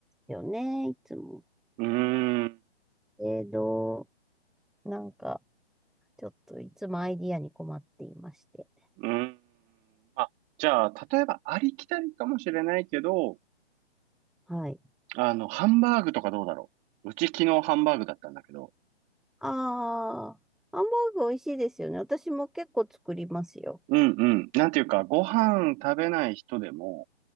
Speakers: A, in the centre; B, on the right.
A: よね、いつも。
B: うーん。
A: えど、なんか、ちょっといつもアイディアに困っていまして。
B: うーん。まあ、じゃあ、例えばありきたりかもしれないけど、
A: はい。
B: あの、ハンバーグとかどうだろう。うち昨日ハンバーグだったんだけど、
A: ああ、ハンバーグ美味しいですよね。私も結構作りますよ。
B: うんうん。なんていうか、ご飯食べない人でも、